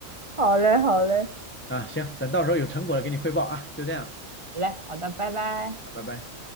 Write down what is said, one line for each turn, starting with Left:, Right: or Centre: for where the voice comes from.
Right: 好嘞，好嘞，
Left: 啊，行，等到时候有成果了给你汇报啊，就这样，
Right: 好嘞，好的，拜拜。
Left: 好拜拜。